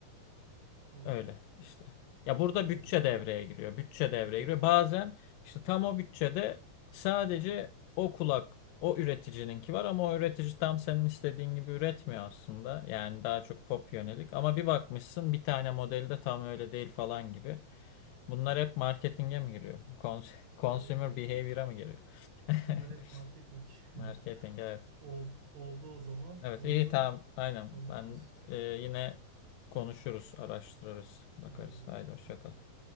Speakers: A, on the right; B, on the left.
A: hı,
B: Öyle işte. Ya
A: öyle
B: burada bütçe
A: öyle.
B: devreye giriyor. Bütçe devreye
A: Evet.
B: giriyor. Bazen işte tam o bütçede sadece o kulak o üreticininki var ama o üretici tam senin istediğin gibi üretmiyor aslında. Yani daha çok pop yönelik. Ama bir bakmışsın bir tane modeli de tam öyle değil falan gibi. Bunlar hep marketinge mi giriyor? Cons- <laughs> consumer
A: Evet hep
B: behavior'a mı giriyor? <laughs>
A: bunlar hep marketing.
B: Marketing evet.
A: <laughs> Ol- oldu o zaman.
B: Evet
A: Oldu.
B: iyi tamam aynen.
A: Konuşuruz.
B: Ben e, yine konuşuruz, araştırırız, bakarız.
A: Aynen.
B: Haydi hoşça
A: Aynen.
B: kal.